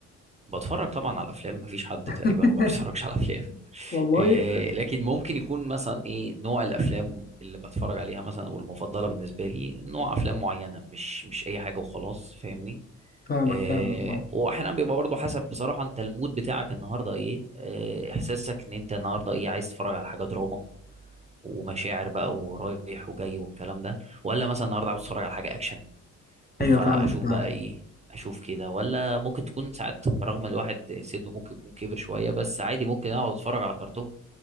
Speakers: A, on the right (about 20°); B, on the left (about 30°).
A: بتفرج طبعا على الافلام مفيش حد تقريبا
B: <laughs>
A: ما بيتفرجش على افلام <laughs>
B: والله
A: إيه لكن ممكن يكون مثلا ايه نوع الافلام اللي بتفرج عليها مثلا والمفضله بالنسبه لي نوع افلام معينه مش مش اي حاجه وخلاص فاهمني
B: فاهمك
A: إيه
B: فاهمك اه
A: واحيانا بيبقى برضه حسب بصراحه انت المود بتاعك النهارده ايه, إيه احساسك ان انت النهارده ايه عايز تتفرج على حاجه دراما ومشاعر بقى ورايح وجاي والكلام ده ولا مثلا النهارده عاوز تتفرج على حاجه اكشن
B: ايوه
A: فاشوف
B: فاهمك فاهمك
A: بقى ايه اشوف كده ولا ممكن تكون ساعات برغم الواحد سنه ممكن يكون كبر شويه بس عادي ممكن اقعد اتفرج على كرتون